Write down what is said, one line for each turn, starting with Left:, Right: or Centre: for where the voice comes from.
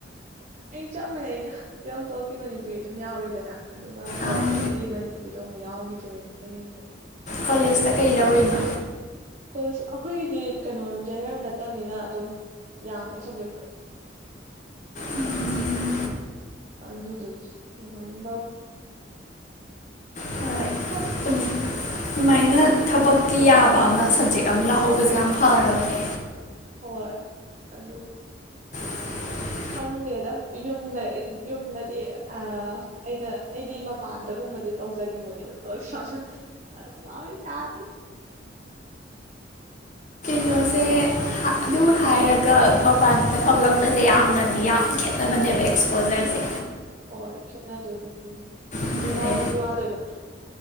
Right: ꯑꯩ ꯆꯞ ꯃꯥꯟꯅꯩꯗ ꯇꯨꯌꯦꯜꯐ ꯕꯣꯛꯇꯤ ꯃꯅꯤꯄꯨꯔꯤ ꯑꯗꯨꯝ ꯌꯥꯎꯔꯤꯗꯅ ꯑꯗꯨꯒ ꯀꯣꯂꯦꯖꯇꯩꯗꯤ
Left: ꯑꯥ
Right: ꯃꯅꯤꯄꯨꯔꯤꯗꯣ ꯑꯃꯨꯛ ꯌꯥꯎꯈꯤꯗ꯭ꯔꯦꯕ ꯃꯩꯇꯩ ꯃꯌꯦꯛꯁꯨ
Left: ꯀꯣꯂꯦꯖꯇ ꯀꯩ ꯂꯧꯔꯤꯅꯣ
Right: ꯀꯣꯂꯦꯖ ꯑꯩꯈꯣꯏꯒꯤꯗꯤ ꯀꯩꯅꯣ ꯖꯦꯅꯦꯔꯦꯜ ꯅꯠꯇꯝꯅꯤꯅ ꯑꯗꯨꯝ ꯌꯥꯝꯃꯦ ꯁꯞꯖꯦꯛꯇꯣ
Left: ꯎꯝ
Right: ꯑꯗꯨꯗꯨꯒꯤ <unintelligible>
Left: ꯍꯣꯏ
Right: ꯍꯝ
Left: ꯁꯨꯃꯥꯏꯅ ꯊꯕꯛꯀꯤ ꯌꯥꯕ ꯑꯃ ꯁꯞꯖꯦꯛ ꯑꯃ ꯂꯧꯍꯧꯕꯁꯦ ꯌꯥꯝ ꯐꯔꯕꯅꯤ
Right: ꯍꯣꯏ ꯑꯗꯨꯕꯨꯗꯤ
Left: <inaudible>
Right: ꯈꯪꯗꯦꯗ ꯌꯨꯝꯗ ꯌꯨꯝꯗꯗꯤ ꯑꯥ ꯑꯩꯅ ꯑꯩꯗꯤ ꯃꯄꯥꯟꯗꯒꯨꯝꯕꯗꯤ ꯇꯧꯖꯅꯤꯡꯕꯅꯦꯕ <unintelligible> ꯑꯈꯣꯏ ꯃꯥꯑꯣꯏ <unintelligible>
Left: <unintelligible> ꯑꯗꯨꯝ ꯍꯥꯏꯔꯒ ꯃꯄꯥꯟꯗ ꯊꯣꯛꯂꯛꯄꯁꯦ ꯌꯥꯝꯅꯗꯤ ꯌꯥꯝ ꯈꯦꯠꯅꯕꯅꯦꯕ ꯑꯦꯛꯁꯄꯣꯖꯔꯁꯦ
Right: ꯍꯣꯏ ꯈꯦꯠꯅꯗꯣꯏꯅꯦ ꯎꯝ
Left: ꯑꯗꯨꯅꯦ
Right: ꯋꯥꯕꯁꯨ ꯋꯥꯗꯣꯏꯕ